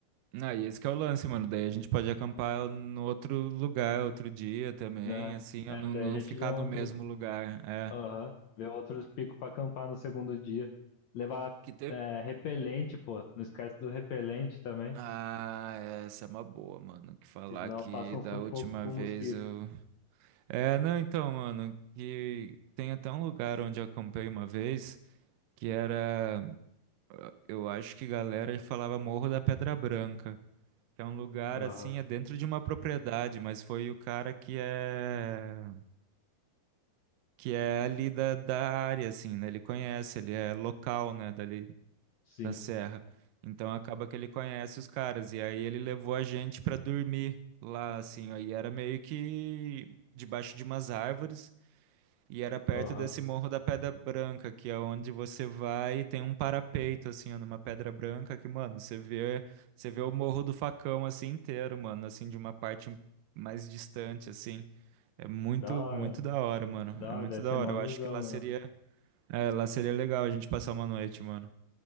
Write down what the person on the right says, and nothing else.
aí, esse que é o lance, mano. Daí a gente pode acampar no outro lugar, outro dia também,
assim, ó,
não,
não
ficar
no mesmo lugar. É.
Que teve,
Ah, essa é uma boa, mano. Que falar
que
da
última
vez
eu. É, não, então, mano, que tem até um lugar onde eu acampei uma vez que era. Eu acho que galera falava Morro da Pedra Branca. Que é um lugar
assim, é dentro de uma propriedade, mas foi o cara que é. Que é ali da, da área, assim, né? Ele conhece, ele é local, né? Dali.
da serra. Então acaba que ele conhece os caras e aí ele levou a gente pra dormir lá assim, ó, e era meio que debaixo de umas árvores e era perto
desse Morro da Pedra Branca, que é onde você vai e tem um parapeito assim, ó, numa pedra branca que, mano, você vê, você vê o Morro do Facão assim inteiro, mano, assim de uma parte mais distante assim. É muito,
muito da hora, mano.
É
muito
da hora.
Eu
acho que lá
seria, é, lá seria legal a gente passar uma noite, mano.